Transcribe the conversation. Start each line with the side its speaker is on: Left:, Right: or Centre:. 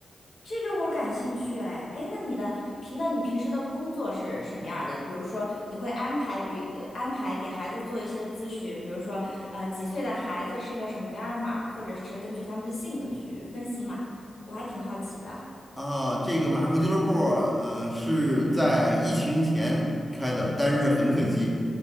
Left: 这个我感兴趣哎。诶，那你的平，那你平时的工作是什么样儿的？比如说，你会安排比，呃安排给孩子做一些咨询，比如说，呃，几岁的孩子适合什么样儿的码，或者是根据他们的性格去分析嘛？我还挺好奇的。
Centre: 啊，这个马术俱乐部，嗯、是在疫情前开的，但是很可惜，